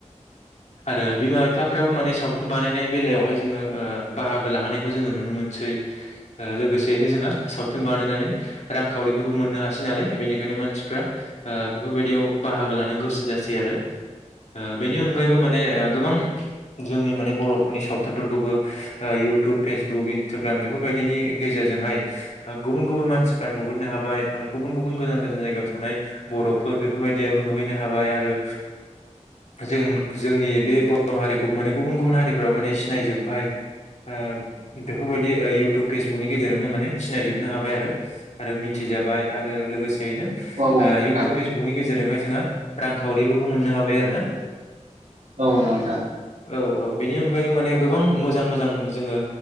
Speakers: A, on the right; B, on the left.
A: <inaudible>
B: आरो बिमा बिफाफ्राबो माने सावथुन बानायनाय बेलायावहाय जोङो ओ बाहागो लाहोनायखौ जोङो नुनो मोनसै। ओ लोगोसेयैनो जोंहा सावथुन बानायनानै रांखावरिफोरबो मोननो हासै नालाय बेनिखायनो मानसिफ्रा ओ बेफोरबायदियाव बाहागो लानो गोसो जासै आरो ओ बेनि अनगायैबो माने ओ गोबां जोंनि माने बर'फोरनि सावथुनफोरखौबो ओ इउटुब फेसबुक इन्सटाग्राम बेफोरबायदिनि गेजेरजोंहाय गुबुन गुबुन मानसि नुहुरनो हाबाय ओ गुबुन गुबुन गोजान गोजान जायगायाव थानाय बर'फोर बेफोरबायदियाबो नुहैनो हाबाय आरो जों जोंनि बे बर' हारिखौ माने गुबुन गुबुन हारिफ्राबो माने सिनायजोबबाय। ओ बेफोरबायदि ओ इयउटुब फेसबुकनि गेजेरजोंनो माने सिनायजोबनो हाबाय आरो। आरो मिथिजाबाय आरो लोगोसेयैनो
A: औ
B: ओ
A: नोंथां
B: इउटुब फेज बुकनि गेजेरजोंहाय जोङो रांखावरिफोरबो मोननो हाबाय आरोना।
A: औ नोंथां
B: औ औ बेनि अनगायैबो माने गोबां मोजां मोजां जोङो